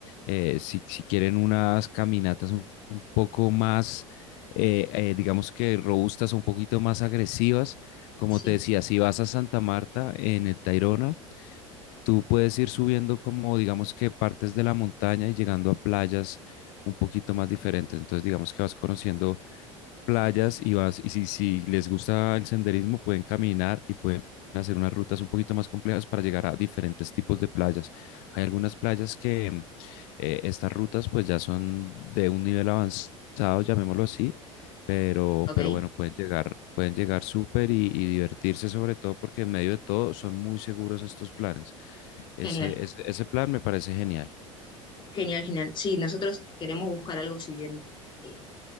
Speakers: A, on the left; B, on the left.
A: Eh, si, si quieren unas caminatas un, un poco más, eh, eh, digamos que robustas, un poquito más agresivas, como
B: sí,
A: te decía, si vas a Santa Marta en el Tayrona, Tú puedes ir subiendo como digamos que partes de la montaña y llegando a playas un poquito más diferentes. Entonces digamos que vas conociendo playas y vas, y si, si les gusta el senderismo, pueden caminar y pueden hacer unas rutas un poquito más complejas para llegar a diferentes tipos de playas. Hay algunas playas que mm, eh, estas rutas pues ya son de un nivel avanzado, llamémoslo así, pero,
B: ok,
A: pero bueno, pueden llegar, pueden llegar súper y, y divertirse sobre todo porque en medio de todo son muy seguros estos planes. Ese,
B: genial,
A: ese, ese plan me parece genial.
B: genial, genial. Sí, nosotros queremos buscar algo si bien eh,